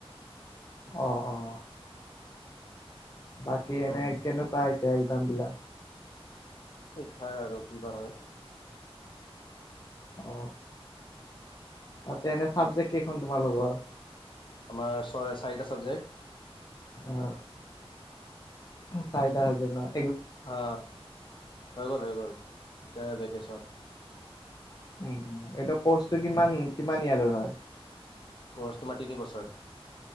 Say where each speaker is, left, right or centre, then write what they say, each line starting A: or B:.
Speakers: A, on the left (about 35°); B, on the left (about 55°).
A: অ অ। বাকী এনে
B: উম,
A: কেনেকুৱা আহিছে একজামবিলাক?
B: ঠিক-থাক আৰু কিবা হয়।
A: অ তাতে এনে চাবজেক্ট কেইখন তোমা লগৰ?
B: আমাৰ ছয় চাৰিটা ছাবজেক্ট।
A: অ চাৰিটা হাবজেক নয়
B: অ হৈ গ'ল হৈ গ'ল এতিয়া ভেকেচন।
A: উ এটো কৰ্চটো কিমান কিমান ইয়াৰৰ হয়।
B: ক'ৰ্চ তোমাৰ তিনি বছৰ।